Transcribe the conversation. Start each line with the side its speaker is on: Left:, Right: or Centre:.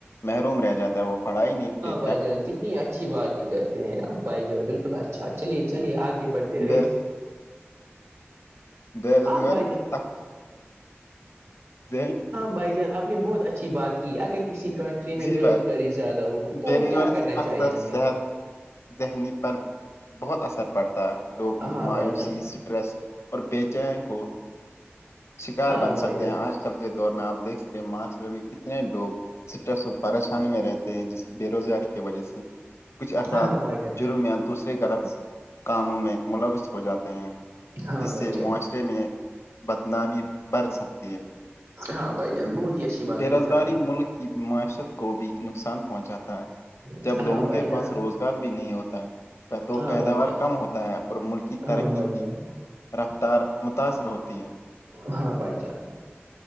Left: محروم رہ جاتا ہے وہ پڑھائی نہیں ب
Right: بھ جان کتنی اچھی بات ہی کرتے ہیں آپ بھائی جان بالکل اچھا چلیے چلیے آگے بڑھتے رہے
Left: بیر بیروزگاری
Right: ہاں بھائی
Left: سے
Right: جان
Left: اکثر ذہن
Right: بھائی جان آپ نے بہت اچھی بات کی اگر کسی کنٹری میں
Left: جی
Right: بے
Left: بھائی
Right: روزگاری زیادہ ہو تو
Left: بےروزگاری
Right: کیا کرنا
Left: سے اکثر
Right: چاہیے ہمیں
Left: صحت ذہنی پر بہت اثر پڑتا ہے لوگ
Right: ہاں
Left: مایوسی
Right: بھائی جان
Left: سے ڈریس اور بیچین کو شکار
Right: ہاں
Left: بن
Right: بھائی
Left: سکتے
Right: جان
Left: ہیں آج کل کے دور میں آپ دیکھ سکے ہیں معاشرے میں کتنے لوگ سٹ پریشانی میں رہتے ہیں جس بے روزگاری کی وجہ سے کچھ افراد
Right: ہاں بھائی جان
Left: جرم یا دوسرے غلط کاموں میں ملوث ہو جاتے ہیں
Right: ہاں
Left: جس
Right: بھائی
Left: سے
Right: جان
Left: معاشرے میں بدنامی بڑھ سکتی ہے
Right: ہاں بھائی جان بہت ہی اچھی بات
Left: بے
Right: کہی
Left: روزگاری
Right: آپ نے
Left: ملک معیشت کو بھی نقصان پہنچاتا ہے جب
Right: نے
Left: لوگوں
Right: ہاں
Left: کے
Right: بھائی جان
Left: پاس روک روزگار بھی نہیں ہوتا تو
Right: ہاں
Left: پیداوار
Right: بھائی جان
Left: کم ہوتا ہے اور ملک کی ترقی
Right: ہاں بھائی جان
Left: کی رفتار متاثر ہوتی ہے
Right: ہاں بھائی جان